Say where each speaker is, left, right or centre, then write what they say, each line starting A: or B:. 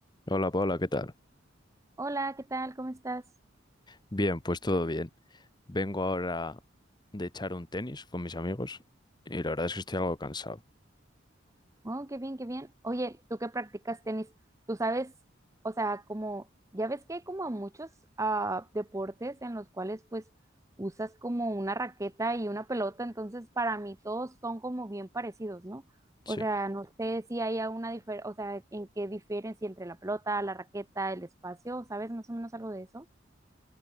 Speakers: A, on the left (about 25°); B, on the right (about 15°).
A: Hola Paula, ¿qué tal?
B: Hola, ¿qué tal? ¿Cómo estás?
A: Bien, pues todo bien. Vengo ahora de echar un tenis con mis amigos y la verdad es que estoy algo cansado.
B: Oh, qué bien, qué bien. Oye, tú que practicas tenis, tú sabes, o sea, como, ya ves que hay como muchos ah, deportes en los cuales pues usas como una raqueta y una pelota, entonces para mí todos son como bien parecidos, ¿no? O
A: Sí.
B: sea, no sé si hay alguna diferencia, o sea, en qué diferencia entre la pelota, la raqueta, el espacio, ¿sabes más o menos algo de eso?